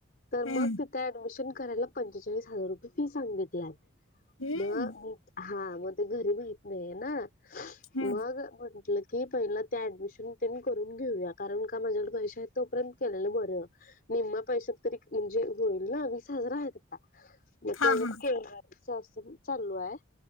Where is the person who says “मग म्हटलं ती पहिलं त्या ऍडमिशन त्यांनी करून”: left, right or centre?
Left